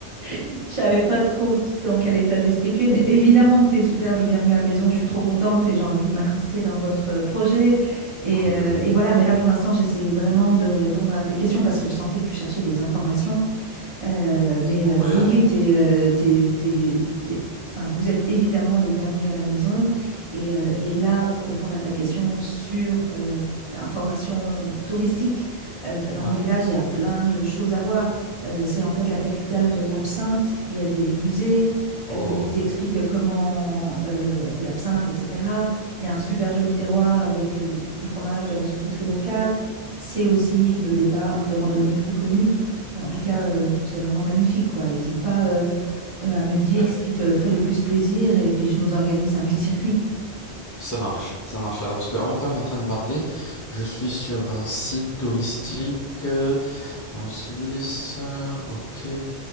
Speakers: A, on the right; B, on the left.
A: je savais pas trop dans quel état d'esprit tu es. Mais évidemment que tu es super, le bienvenu à la maison. Je suis trop contente et j'ai envie de m'incruster dans votre euh, projet. Et,
B: Cool,
A: euh, et voilà,
B: cool.
A: mais là pour l'instant, j'essayais vraiment de répondre à tes questions parce que je sentais que tu cherchais des informations. Euh, mais
B: On
A: euh,
B: voyage.
A: oui, oui, t'es, euh, t'es- t'es- t'es- enfin, vous êtes évidemment les bienvenus à la maison. Et, euh, et là, pour répondre à ta question sur euh, information touristique, euh, enfin, dans
B: Ouais.
A: mon village, il y a plein de choses à voir. Euh, c'est en fait la capitale de l'absinthe. Il y a des musées.
B: Oh,
A: euh, ils
B: ok.
A: expliquent comment euh, on fait l'absinthe, etc. Il y a un super joli terroir avec euh, du fromage, de la charcuterie locale. C'est aussi le départ de randonnée très connu. En tout cas, euh, c'est vraiment magnifique, quoi. N'hésite pas euh, euh, à me dire
B: Bien.
A: ce qui te ferait le plus plaisir et puis je nous organise un petit circuit.
B: Ça marche, ça marche. Alors, parce qu'en même temps que tu es en train de parler, je suis sur un site touristique. euh, En Suisse, euh, ok.